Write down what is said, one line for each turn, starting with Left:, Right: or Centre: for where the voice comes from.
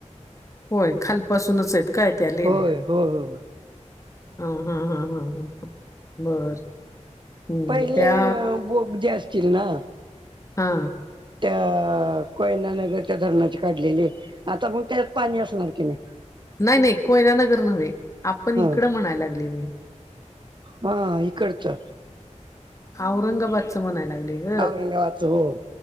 Left: होय खालपासूनच आहेत काय त्या लेण्या
Right: होय हो हो
Left: हा हा हा हा ह बर हम्म
Right: पहिले
Left: त्या
Right: बोग जे असतील ना
Left: हा
Right: त्या कोयना नगर त्या धरणाची काढलेली आता मग त्यात पाणी असणार की नाही
Left: नाही नाही कोयना नगर नव्हे आपण
Right: ह
Left: इकडं म्हणायला लागली मी
Right: हा इकडचं
Left: औरंगाबादच म्हणाय लागले ग
Right: औरंगाबादचं हो